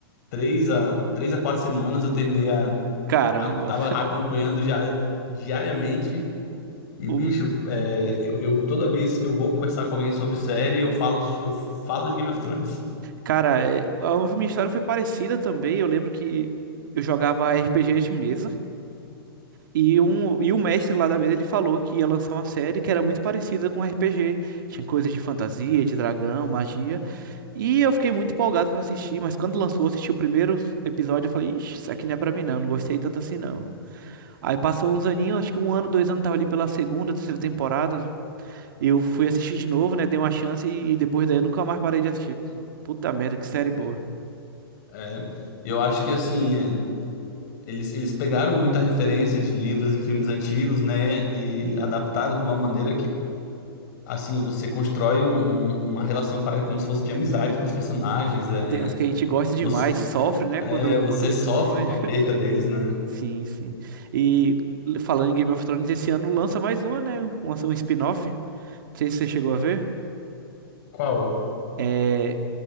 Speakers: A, on the left; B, on the right.
A: três a, três a quatro semanas, eu terminei a,
B: Caramba.
A: a- tava acompanhando já diariamente. E,
B: O
A: bicho,
B: meu-
A: é, eu, eu- toda vez que eu vou conversar com alguém sobre série, eu falo, eu falo de Game of Thrones.
B: Cara, é- a minha história foi parecida também. Eu lembro que eu jogava RPG de mesa. E, um, e o mestre lá da mesa ele falou que ia lançar uma série que era muito parecida com RPG. Tinha coisas de fantasia, de dragão, magia. E eu fiquei muito empolgado pra assistir, mas quando lançou, eu assisti o primeiro episódio, eu falei, ixi, isso aqui não é pra mim não, não gostei tanto assim não. Aí passou uns aninhos, acho que um ano, dois anos, tava ali pela segunda, terceira temporada. Eu fui assistir de novo, né, dei uma chance e depois daí eu nunca mais parei de assistir. Puta merda, que série boa.
A: É, eu acho que, assim, é, eles, eles pegaram muita referência de livros e filmes antigos, né? E
B: E
A: adaptaram de uma maneira que, assim, você constrói um- um- uma relação pare- como se fosse de amizade com os personagens. É,
B: tem uns que a gente gosta demais,
A: você,
B: sofre, né,
A: é,
B: quando,
A: você
B: quando
A: sofre
B: morre.
A: com a perca deles, né?
B: Sim, sim. E l- falando em Game of Thrones, esse ano lança mais uma, né? Uma, um spin-off. Não sei se você chegou a ver.
A: Qual?
B: É